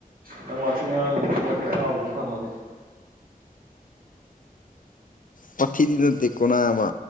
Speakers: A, on the right; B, on the left.
A: ꯅꯪ ꯋꯥꯊꯤ ꯉꯥꯡꯉꯅꯨ ꯏꯕꯨꯡꯉꯣ ꯑꯩ ꯆꯥꯛ ꯆꯥꯎꯒꯤꯒꯦ ꯊꯝꯃꯒꯦ
B: ꯄꯥꯊꯤꯗꯤ ꯅꯠꯇꯦꯀꯣ ꯅꯕꯥ